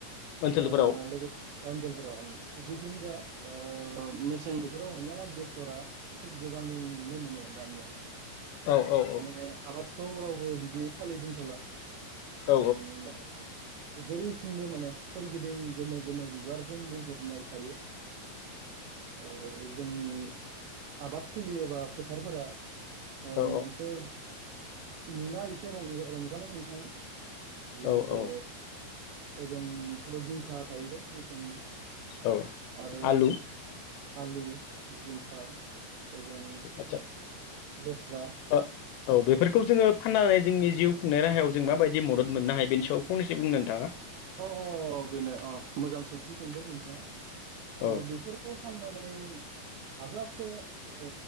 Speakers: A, on the left; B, on the right.
A: ओनसोलफोराव
B: ओ लोगोसे ओनसोलफोराव जि जिखिन जा ओ मेसें बोथोराव हमना ला बेसरा एसे गोबाङै नुनो मोनो दानिया
A: औ औ
B: माने आबादखौ रावबो बिदि खालि दोनथ'ला
A: औ
B: उम जेरै थिंबो माने सोरगिदिं गोमो गोमो बिबारजों बुंफबनाय थायो। ओ जोंनि आबादथिलि एबा फोथारफोरा ओम
A: औ
B: एसे नुना एसे रं-रंजानाय मोनखाङो। लोगोसे
A: औ
B: ओजोंथ' जिंखा थाहैबाय मेसें नि
A: औ
B: आरो
A: आलु
B: आलु, जिंखा। ओजों
A: आतसा
B: लेस्रा
A: ओ औ बेफोरखौ जोङो फाननानै जोंनि जिउ खुंनाय राहायाव जों माबायदि मदद मोननो हायो बेनि सायाव फंनैसो बुंनो नोंथाङा?
B: अ अ अ बेनो अ मोजां सोंथि सोंदों नोंथाङा। ओ
A: औ
B: बेफोरखौ फाननानै हाजासे ओ